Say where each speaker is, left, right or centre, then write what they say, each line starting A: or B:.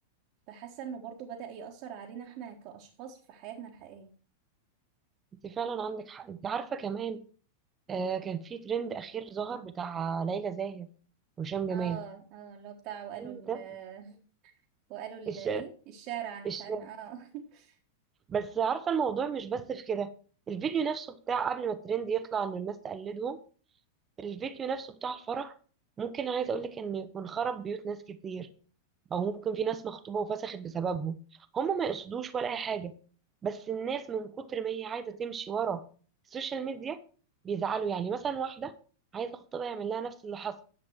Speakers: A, on the right (about 45°); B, on the right (about 25°).
A: فحاسة انه برضو بدأ يأثر علينا احنا كأشخاص في حياتنا الحقيقية
B: انت فعلا عندك حق انت عارفة كمان آه كان في ترند اخير ظهر بتاع ليلى زاهر وهشام جمال
A: اه اه اللي هو بتاع وقالوا
B: الترند
A: ال
B: ده
A: <laughs> وقالوا ال
B: الش...
A: ايه الشارع انا
B: الش...
A: مش عارفة اه <laughs>
B: بس عارفة الموضوع مش بس في كده الفيديو نفسه بتاع قبل ما الترند يطلع ان الناس تقلدهم الفيديو نفسه بتاع الفرح ممكن عايز اقولك ان يكون خرب بيوت ناس كتير او ممكن في ناس مخطوبة وفسخت بسببهم هم ما يقصدوش ولا اي حاجة بس الناس من كتر ما هي عايزة تمشي ورا السوشيال ميديا بيزعلوا يعني مثلا واحدة عايزة خطيبها يعمل لها نفس اللي حصل